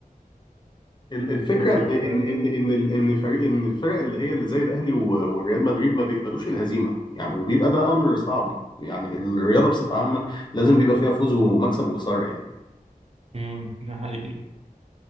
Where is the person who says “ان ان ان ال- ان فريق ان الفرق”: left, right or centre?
Left